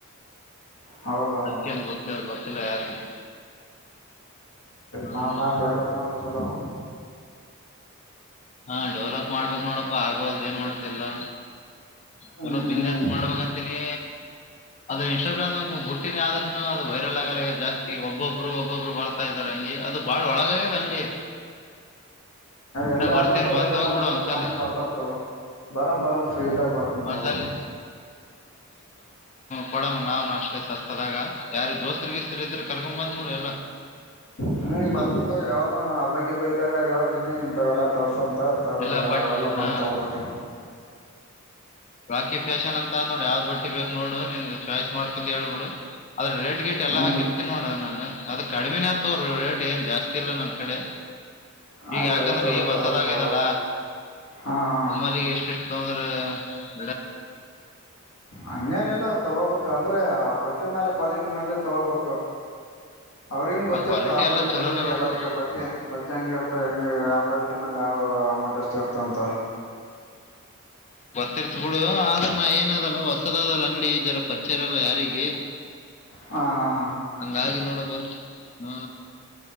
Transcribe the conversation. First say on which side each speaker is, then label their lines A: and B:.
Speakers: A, on the left; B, on the left.
A: ಹೌದಾ
B: ಅದ್ಕಂ ಗೊತ್ತ ಗೊರ್ತ್ತಿಲ್ಲ ಯಾರಿಗೆ ಹ್ಮ್
A: ಮಾಡಲ್ ಮಾಡ ಡೆೇವಲಪ ಮಾಡ ಚಲೋ <inaudible>
B: ಹಾ ಡೆವಲಪ್ ಮಾಡ್ಬೇಕ ನೋಡಪ್ಪಾ ಆಗೋ ಅಲ್ ಏನ್ ಮಾಡ್ತಿಲ್ಲಾ
A: ಹ್ಮ್
B: ಚಲೋ ಬಿಸ್ನೆಸ್ ಸ್ ಮಾಡ್ಬೇಕಂತೀನಿ ಅದ ಇನ್ಸ್ಟಾಗ್ರಾಮ್ನಾಗ ಬುಟ್ಟಿನ ಆದ್ರೂನು ಅದು ವೈರಲ್ ಆಗಲ್ಲ ಜಾಸ್ತಿ ಒಬ್ಬೊಬ್ರು ಒಬ್ಬೊಬ್ರು ಬರ್ತಾ ಇದಾರೆ ಹಂಗಗೆ ಅದು ಬಾಳ್ ಒಳಗಾಗ್ಯದ ಅಂಗಡಿ
A: ಎಲ್ಲ
B: ನಾ ಬರ್ತೀನಿ
A: ಆದ್ರೂಗಡೆ ವೈರಲ್
B: ಬಂದ್ ಹೋಗ್ಬಿಡು
A: ಆದ್ಮೇಲೆ
B: ಒಂದ್ಸಲಿ
A: ತಾನೇ ಬರ್ತಾರ ತಗ ಬರಂ ಬರಮ ಫ್ರೀದಾಗ ಬರ್ತನ್
B: ಒಂದ್ಸಲಿ
A: ತಗ
B: ಕೊಡ ನಾನು ಅಷ್ಟೇ ಸಸ್ತದಾಗ ಯಾರಗೆ ದೋಸ್ರರಿಗೆ ಗಿಸ್ಟ್ರಿಗ್ ಇದ್ರ ಕರ್ಕೊ ಬಂದ್ ನೋಡಿ ಎಲ್ಲ ಹ <inaudible>
A: ಹ್ಮ್ ಬರ್ತಿತ್ತವ ಯಾವ್ದಾನ ಹಬ್ಬ ಗಿಬ್ಬಾ ಇದಾಗ ಹೇಳ್ತಿನಿ ಇಂತಾವು ಎಲ್ಲಾ ತೋಸಂತ ಥರ
B: ಎಲ್ಲ ಬಟ್
A: ಅವೆಲ್ಲ ಬಂದು
B: ಹಾ
A: ತಗೊಂಡಕ
B: ಬಾಕಿ ಫ್ಯಾಷನ್ ಅಂತ ಅ ನೋಡಿ ಯಾವ್ದು ಬಟ್ಟಿ ಬೇಕಕ್ ನೋಡು ನಿನ್ ಚಾಯ್ಸ್ ಮಾಡ್ಕೊಂಡ್ ಹೇಳ್ಬಿಡು ಅದನ್ನ ರೇಟ್ ಗೀಟ್ ಎಲ್ಲ
A: ಹ್ಮ್
B: ಹಾಕಿರ್ಬೇಕೇ ನೋಡದು ನಾನು ಅದ ಕಡಿಮಿನ ಆತು ರೇಟ್ ಏನ್ ಜಾಸ್ತಿ ಇಲ್ಲ ನನ್ ಕಡೆ ಈಗ
A: ಆಯ್ತಾಯ್ತು
B: ಯಾಕಂದ್ರೆ ಈಗ ಹೊಸದಾಗ್ಯದಲ್ಲ
A: ತಗೊಂಡ್ ತಗೋ ಹಾ ಹಾ
B: <unintelligible> ಒಮ್ಮಾಲಿಗೆ ಎಷ್ಟೆಷ್ಟು ತೊಗೋಬಂದ್ರ
A: ಹಂಗೇನಲ್ಲ ತಗೋಬೇಕ ಅಂದ್ರೆ ಬಟ್ಟೆ ಮೇಲೆ ಕ್ವಾಲಿಟಿ ಮೇಲೆ ತಗೋಬೇಕು ಅವ್ರಿಗನ್ ಗೊತ್ತಿರ್ತ
B: ಆ ಕ್ವಾಲಿಟಿ
A: ಅಪೋಸಿಟ್
B: ಎಲ್ಲ ಚಲೋನೇ
A: ಇದ್ರಿಗೆ
B: ಬರ್ತದ
A: ಎಲ್ಲರಿರಿಗೆ ಬಟ್ಟೆ ಬಟ್ಟೆ ಹೆಂಗ ಇರ್ತ ಹೆಂಗ ಆ ಕ್ವಾಲಿಟಿ <unintelligible> ಮೇಲೆ ಯಾವ ಅಮೌಂಟ್ ಎಷ್ಟು ಇರ್ತಂತ
B: ತಿರ್ತ್ ಬಿಡು ಆದ್ರ ನಾ ಏನ ಅದಲ್ಲ ಹೊಸದಲ್ಲ ಅಂಗಡಿ ಜನ ಪರಿಚಯರಲ್ಲ ಯಾರಿಗೆ
A: ಹಾ ಹಾ
B: ಹಂಗಾಗಿ ನೋಡು ವ ಹ್ಮ